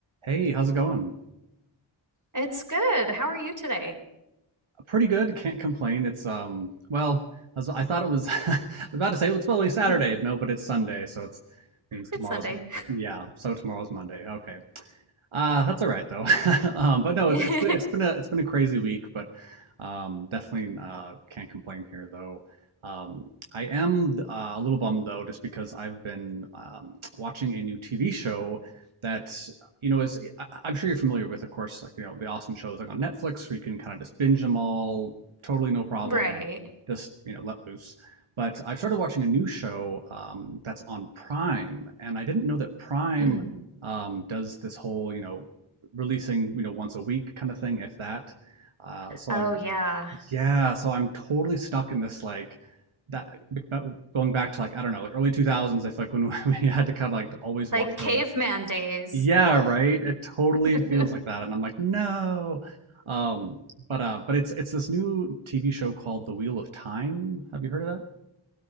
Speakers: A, on the right (about 80°); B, on the right (about 40°).
A: Hey, how's it going?
B: It's good. How are you today?
A: Pretty good. Can't complain. It's um, well, I was, I thought it was <laughs> I was about to say well, it's probably Saturday.
B: <laughs>
A: No, but it's Sunday, so it's means tomorrow's
B: It's Sunday.
A: yeah, so tomorrow's Monday. Okay. Uh, that's all right though. <laughs> Um, but no,
B: <laughs>
A: it's it's been it's been a it's been a crazy week, but um, definitely uh, can't complain here though. Um, I am uh, a little bummed though, just because I've been um, watching a new TV show that you know is I, I'm sure you're familiar with, of course, like you know the awesome shows like on Netflix where you can kind of just binge them all, totally no problem,
B: Right.
A: just you know let loose. But i started watching a new show um, that's on Prime, and I didn't know that Prime
B: hmm
A: um, does this whole you know releasing you know once a week kind of thing, if that. Uh, so
B: Oh,
A: I'm
B: yeah.
A: yeah, so I'm totally stuck in this like that but going back to like I don't know like early 2000s. I feel like when <laughs> we had to kind of like always
B: Like
A: watch
B: caveman
A: shows.
B: days.
A: Yeah, right. It totally
B: <laughs>
A: <laughs> feels like that, and I'm like no. Um, but uh, but it's it's this new TV show called The Wheel of Time. Have you heard of